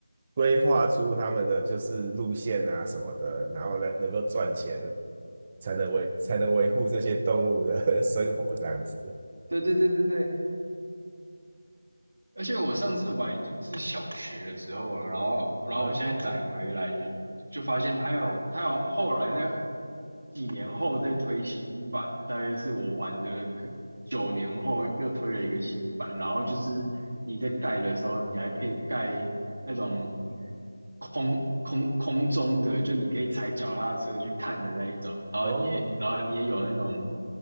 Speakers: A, on the right; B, on the right.
A: 规划出他们的就是路线啊什么的，然后呢能够赚钱，才能维才能维护这些动物的 <laughs> 生活这样子。
B: 对对对对对，而且我上次玩已经是小学的时候了，然后然后我现在载回来就
A: 嗯，
B: 就发现它有它有后来在几年后再推新版，大约是我玩的可九年后又推了一个新版，然后就是你在盖的时候，你还可以盖那种空空空中的，就你可以踩脚踏车去看的那一种，
A: 哦，
B: 然后你也有那种